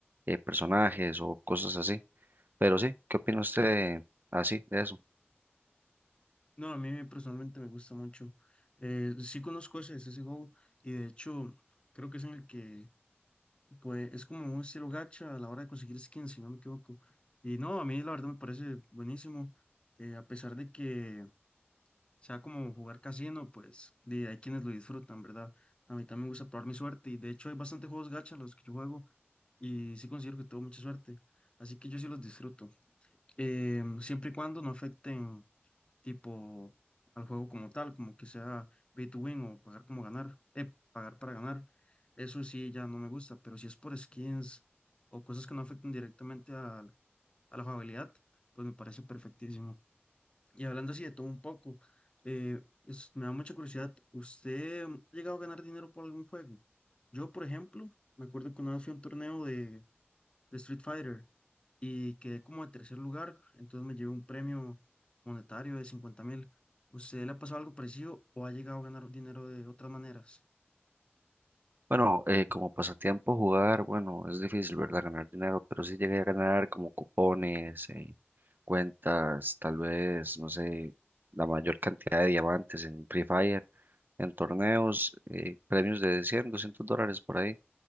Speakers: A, on the right (about 50°); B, on the left (about 25°).
A: eh, personajes o cosas así. Pero sí, ¿qué opina usted así de eso?
B: No, a mí me- personalmente me gusta mucho. Eh, sí conozco ese CSGO y de hecho creo que es en el que pues, es como un estilo gacha a la hora de conseguir skins, si no me equivoco. Y no, a mí la verdad me parece buenísimo. eh, a pesar de que sea como jugar casino, pues y hay quienes lo disfrutan, ¿verdad? A mí también me gusta probar mi suerte y de hecho hay bastante juegos gacha los que yo juego y sí considero que tengo mucha suerte. Así que yo sí los disfruto. Em, siempre y cuando no afecten tipo al juego como tal, como que sea pay to win o pagar como ganar, eh, pagar para ganar. Eso sí ya no me gusta, pero si es por skins o cosas que no afecten directamente al- a, la jugabilidad, pues me parece perfectísimo. Y hablando así de todo un poco, eh, es- me da mucha curiosidad, ¿usted ha llegado a ganar dinero por algún juego? Yo, por ejemplo, me acuerdo que una vez fui a un torneo de, de Street Fighter y quedé como de tercer lugar, entonces me llevé un premio monetario de cincuenta mil. ¿Usted le ha pasado algo parecido o ha llegado a ganar dinero de otras maneras?
A: Bueno, eh, como pasatiempo jugar, bueno, es difícil, ¿verdad? Ganar dinero, pero sí llegué a ganar como cupones, eh, cuentas, tal vez, no sé, la mayor cantidad de diamantes en Free Fire, en torneos, eh, premios de 100, 200 dólares por ahí,